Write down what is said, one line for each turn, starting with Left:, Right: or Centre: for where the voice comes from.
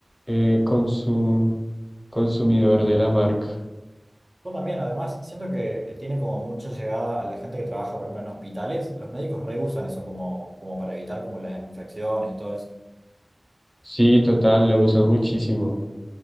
Left: eh, consum- consumidor de la marca.
Right: Yo también, además, siento que eh, tiene como mucha llegada a la gente que trabaja, por ejemplo, en hospitales. Los médicos reusan eso como, como para evitar como las infecciones y todo eso.
Left: Sí, total, lo usan muchísimo.